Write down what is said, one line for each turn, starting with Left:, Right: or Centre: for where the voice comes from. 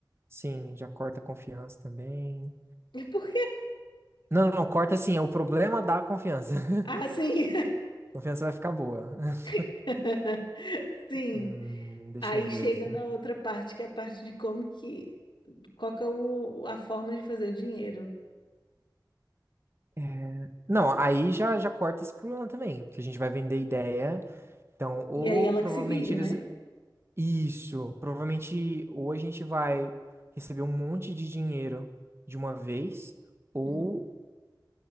Right: Sim, já corta a confiança também.
Left: E por
Right: Não, não, corta sim, é o problema da confiança. <laughs>
Left: Ah, sim.
Right: Confiança vai ficar boa. <laughs>
Left: <laughs> Sim.
Right: Hum, deixa
Left: Aí
Right: eu ver
Left: chega
Right: aqui.
Left: na outra parte, que é a parte de como que, qual que é o, a forma de fazer o dinheiro.
Right: É, Não, aí já, já corta esse problema também, porque a gente vai vender ideia. Então, ou
Left: E aí ela
Right: provavelmente
Left: que se vire,
Right: eles.
Left: né?
Right: Isso, provavelmente ou a gente vai receber um monte de dinheiro de uma vez, ou
Left: Uhum.